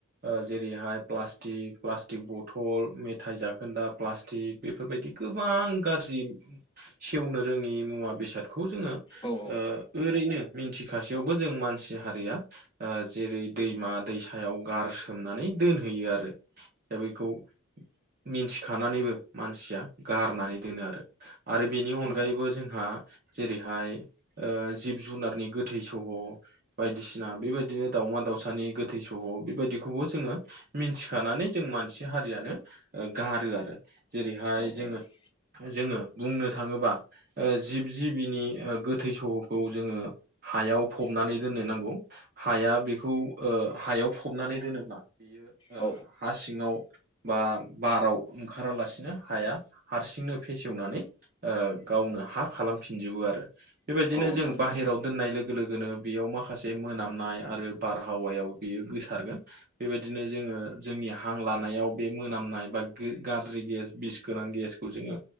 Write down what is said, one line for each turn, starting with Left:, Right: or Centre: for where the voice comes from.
Right: ओ जेरैहाय प्लास्टिक प्लास्टिक बथल मेथाइ जाखोन्दा प्लास्टिक बेफोरबायदि गोबां गारजि सेवनो रोङि मुवा बेसादखौ जोङो
Left: औ
Right: ओ ओरैनो मिन्थिखासेयावबो जों मानसि हारिया ओ जेरै दैमा दैसायाव गारसोमनानै दोनहैयो आरो दा बेखौ मिन्थिखानानैबो मानसिया गारनानै दोनो आरो आरो बेनि अनगायैबो
Left: औ
Right: जों हा जेरैहाय ओ जिब जुनारनि गोथै सह' बायदिसिना बेबायदिनो दाउमा दाावसानि गोथै सह' बेबायदिखौबो जोङो मिन्थिखानानै जों मानसि हारियानो ओ गारो आरो जेरैहाय
Left: औ
Right: जोङो जोङो बुंनो थाङोबा ओ जिब जिबिनि ओ गोथै सह'खौ जोङो हायाव फबनानै दोननो नांगौ। हाया बेखौ ओ हायाव फबनानै दोनोब्ला ओ
Left: औ
Right: हा सिं ङाव बा बाराव ओंखारालासिनो हाया हारसिंनो फेसेवनानै ओ गावनो हा खालामफिनजोबो आरो बेबायदिनो
Left: औ नोंथां
Right: जों बाहेराव
Left: औ
Right: दोननाय लोग ओ लोगोनो बेयाव माखासे मोनामनाय आरो बारहावायाव बियो गोसारगोन बेबायदिनो जोङो जोंनि हां लानायाव बे मोनामनाय बा गे गाज्रि गेस बिस गोनां गेस खौ जोङो